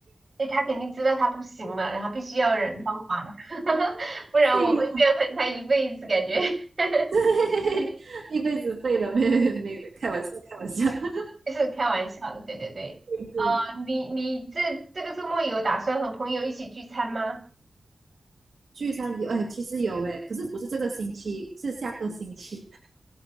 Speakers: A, on the right; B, on the right.
A: 哎，他肯定知道他不行了，然后必须要人帮忙，<laughs> 不然我会怨恨他一辈子，
B: <laughs> 幸好
A: 感觉 <laughs>
B: <laughs> 一辈子废了，没有没有，开玩笑开玩笑，<laughs>
A: 就是开玩笑的。对对对，
B: 对对。
A: 啊，你你这这个周末有打算和朋友一起聚餐吗？
B: 聚餐有哎，其实有哎，可是不是这个星期，是下个星期，